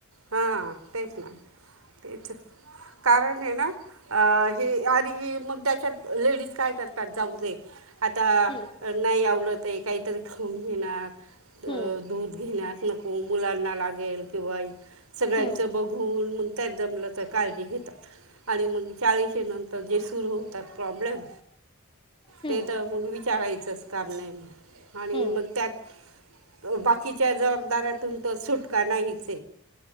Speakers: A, on the right; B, on the left.
A: हा तेच ना. तेच कारण हे ना अ हे आणि मग त्याच्यात लेडीज काय करतात जाऊ दे. आता
B: हम्म
A: नाही आवड. काहीतरी खाऊन घेणार. अ
B: हम्म
A: दूध घेल्यास को को मुूलारना लागल कंवाय सगळ्यांचं
B: हम्म
A: बघून म्हगताय जमलं काळजी घेतात आणि मग चाळीश नंतर जे सुरू होतात प्रॉब्लेम
B: हम्म
A: ते तर मग विचारायचं संस्कार नाही आणि
B: हम्म
A: मग त्यात बाकीच्या जबाबदाऱ्यातून तर सुटका नाहीच